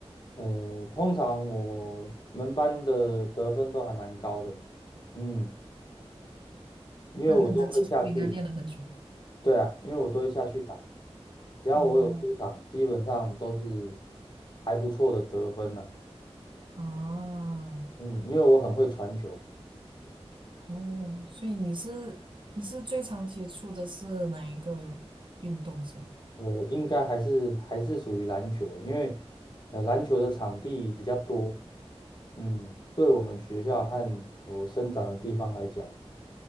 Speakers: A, on the left (about 45°); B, on the right (about 50°).
A: 呃，通常我们班的得分都还蛮高的，嗯，因为我都会下去，
B: 那那你的技术不应该练了很久吧？
A: 对啊，因为我都会下去打，只要我有出场，
B: 哦，
A: 基本上都是还不错的得分呢、
B: 啊，
A: 嗯，因为我很会传球，
B: 哦，所以你是你是最常接触的是哪一个运动先？
A: 呃，应该还是还是属于篮球，因为呃篮球的场地比较多，嗯，对我们学校和我生长的地方来讲，